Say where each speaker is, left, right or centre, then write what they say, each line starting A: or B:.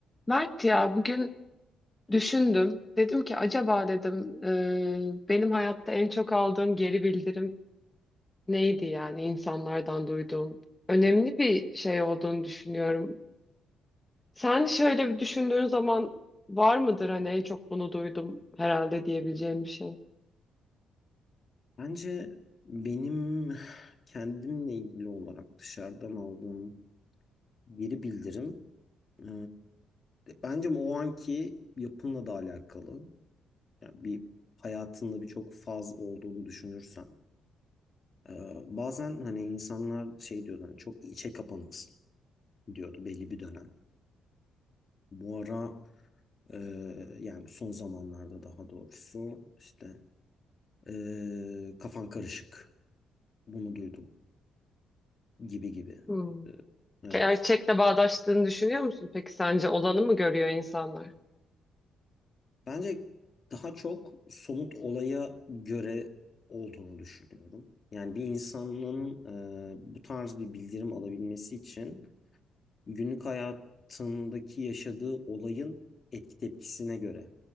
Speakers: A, on the left; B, on the left.
A: Mert ya bugün düşündüm. Dedim ki acaba dedim e, benim hayatta en çok aldığım geri bildirim neydi yani insanlardan duyduğum. Önemli bir şey olduğunu düşünüyorum. Sen şöyle bir düşündüğün zaman var mıdır hani en çok bunu duydum herhalde diyebileceğim bir şey.
B: Bence benim kendimle ilgili olarak dışarıdan aldığım geri bildirim e, bence o anki yapınla da alakalı. Yani bir hayatında birçok faz olduğunu düşünürsen. e, bazen hani insanlar şey diyordu hani çok içe kapanıksın diyordu belli bir dönem. Bu ara e, yani son zamanlarda daha doğrusu işte e, kafan karışık bunu duydum gibi gibi.
A: Hmm.
B: E, Evet.
A: Gerçekle bağdaştığını düşünüyor musun? Peki sence olanı mı görüyor insanlar?
B: Bence daha çok somut olaya göre olduğunu düşünüyorum. Yani bir insanın e, bu tarz bir bildirim alabilmesi için günlük hayatındaki yaşadığı olayın etki tepkisine göre